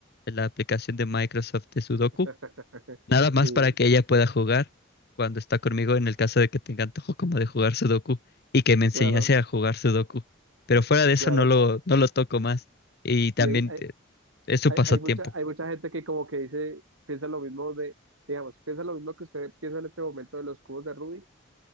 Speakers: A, on the left; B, on the right.
A: la aplicación de Microsoft de Sudoku,
B: <laughs>
A: nada más
B: sí,
A: para que ella pueda jugar cuando está conmigo en el caso de que tenga antojo como de jugar Sudoku y que me enseñase
B: claro,
A: a jugar Sudoku. Pero fuera de eso
B: claro.
A: no lo, no lo toco más. Y también
B: Y hay, hay,
A: eh, es su
B: hay,
A: pasatiempo.
B: hay mucha, hay mucha gente que como que dice, piensa lo mismo de, digamos, piensa lo mismo que usted piensa en este momento de los cubos de Rubik.